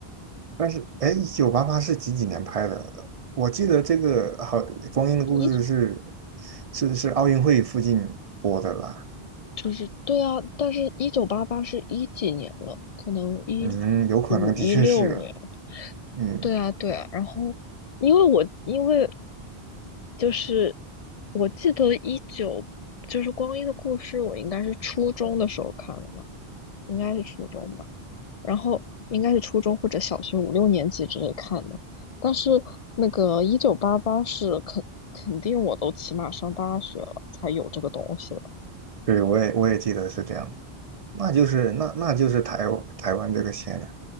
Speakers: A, on the right (about 50°); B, on the left (about 55°).
A: 但是，哎，一九八八是几几年拍的？我记得这个好《光阴的故事》是
B: 一。
A: 是是奥运会附近播的吧？
B: 就是对啊，但是一九八八是一几年了？可能一五一六年。
A: 嗯，有可能的确是，嗯，
B: 对啊，对啊。然后，因为我因为就是我记得一九就是《光阴的故事》，我应该是初中的时候看的嘛，应该是初中吧。然后应该是初中或者小学五六年级之类看的。但是那个一九八八是肯肯定我都起码上大学了才有这个东西了。
A: 对，我也我也记得是这样。那就是那那就是台台湾这个县了。